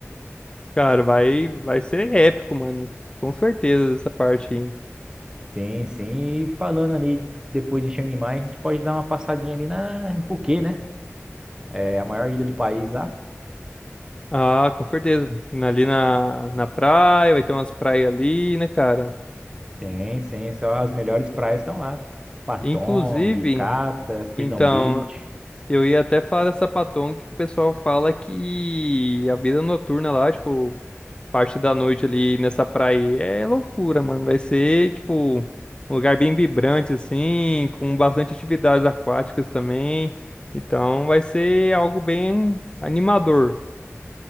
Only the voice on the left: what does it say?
Cara, vai, vai ser épico, mano. Com certeza, essa parte aí.
Ah, com certeza. Ali na, na praia, vai ter umas praias ali, né, cara?
Inclusive,
então,
eu ia até falar dessa Patong que o pessoal fala que a vida noturna lá, tipo, parte da noite ali nessa praia é loucura, mano. Vai ser, tipo, um lugar bem vibrante, assim, com bastante atividades aquáticas também. Então, vai ser algo bem animador.